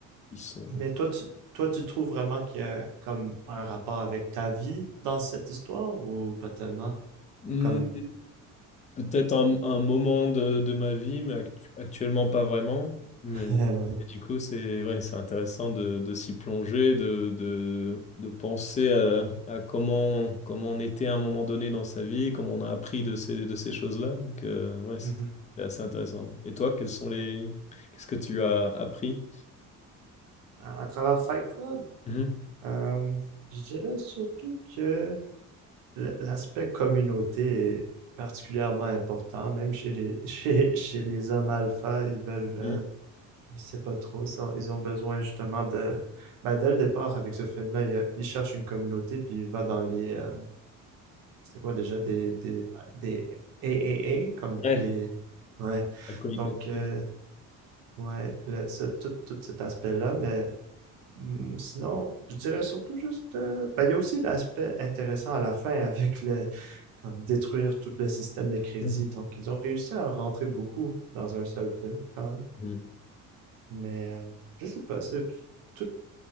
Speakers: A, on the left; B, on the right.
A: ils sont
B: Mais toi, tu, toi, tu trouves vraiment qu'il y a comme un rapport avec ta vie dans cette histoire ou pas tellement?
A: hmm,
B: Comme,
A: Peut-être un, un moment de, de ma vie, mais actu- actuellement pas vraiment. Mais
B: <laughs> ouais.
A: et du coup, c'est ouais, c'est intéressant de, de s'y plonger, de, de, de penser à, à comment, comment on était à un moment donné dans sa vie, comment on a appris de ces, de ces choses-là. Donc, euh, ouais, c'est
B: Mhm.
A: c'est assez intéressant. Et toi, quels sont les... qu'est-ce que tu as appris?
B: À, à travers Fight Club,
A: Mhm.
B: euh, je dirais surtout que l- l'aspect communauté est particulièrement important, même chez les, <laughs> chez, chez les hommes alpha, ils veulent, euh,
A: Mhm.
B: je sais pas trop, ils ont, ils ont besoin justement de, ben, dès le départ avec ce film-là, il y a- ils cherchent une communauté puis il va dans les, euh, C'était quoi déjà des, des, des triple a comme
A: Ouais.
B: les. Ouais.
A: Alcoolique
B: Donc,
A: Anonyme.
B: euh, ouais, le- ce- tout, tout cet aspect-là. Mais hum, sinon, je dirais surtout juste. euh, ben, il y a aussi l'aspect intéressant à la fin avec le. Comme détruire tout le système de crédit.
A: Mhm.
B: Donc, ils ont réussi à en rentrer beaucoup dans un seul film, quand même.
A: Mhm.
B: Mais euh, je sais pas, c'est tout,